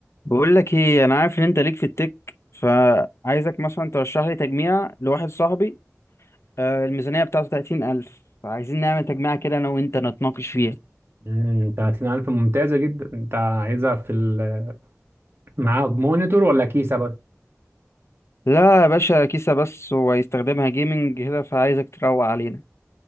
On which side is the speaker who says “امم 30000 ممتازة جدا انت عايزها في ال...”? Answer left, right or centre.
Right